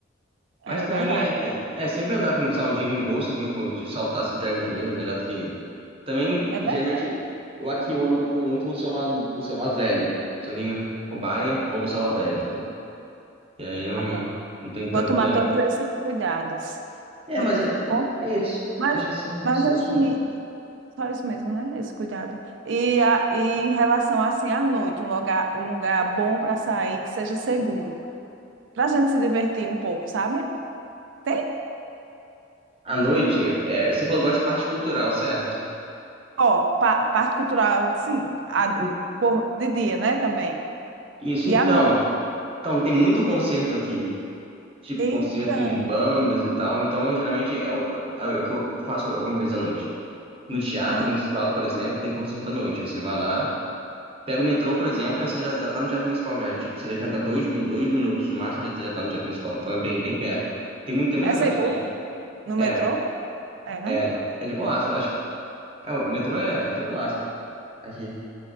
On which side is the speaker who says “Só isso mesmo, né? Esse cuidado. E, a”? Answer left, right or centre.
Right